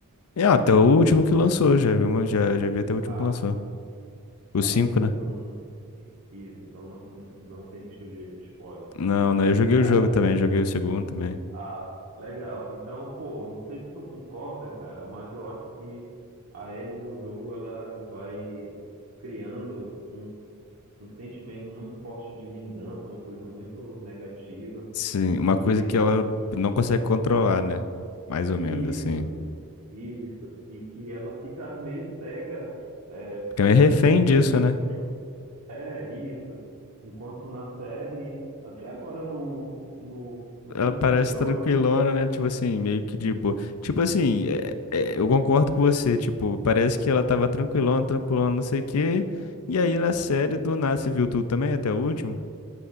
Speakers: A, on the left (about 75°); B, on the right (about 80°).
A: É, até o último que lançou, já vi, uma- já, já vi até o último
B: Ah,
A: que lançou. O
B: ah,
A: 5
B: beleza.
A: né?
B: Então, isso, então não, não tem risco de spoiler.
A: Não, não,
B: É,
A: eu joguei
B: cara,
A: o jogo também, joguei o segundo também.
B: Ah, legal. Então, pô, não sei se tu concorda, cara, mas eu acho que a Ellie no jogo ela vai criando um, um sentimento muito forte de vingança, uma coisa muito negativa.
A: Sim, uma
B: E,
A: coisa que ela
B: e,
A: não consegue controlar, né? Mais ou
B: e
A: menos, assim.
B: isso, isso, e que ela fica meio cega é,
A: Porque ela
B: por
A: é refém
B: esse sentimento.
A: disso, né?
B: É isso. Enquanto na série, até agora no, no, no quinto
A: Ela parece
B: episódio,
A: tranquilona,
B: ela se.
A: né? Tipo assim, meio que de boa. Tipo assim, é- é, eu concordo com você. Tipo, parece que ela tava tranquilona, tranquilona, não sei o quê. E aí na série, do nada, você viu tudo também, até o último?